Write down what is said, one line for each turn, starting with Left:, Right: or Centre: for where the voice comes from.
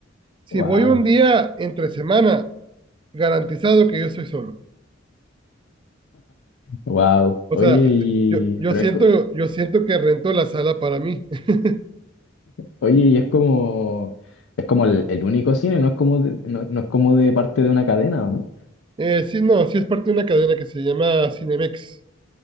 Right: Si
Left: Wow.
Right: voy un día entre semana, garantizado que yo estoy solo.
Left: Wow. <laughs>
Right: O
Left: Oye,
Right: sea,
Left: y,
Right: yo, yo
Left: pero
Right: siento,
Left: es, co-
Right: yo siento que rento la sala para mí. <laughs>
Left: oye, y es como, es como el, el único cine, no es como de, no, no es como de parte de una cadena, ¿o no?
Right: Eh, sí, no, sí es parte de una cadena que se llama Cinemex.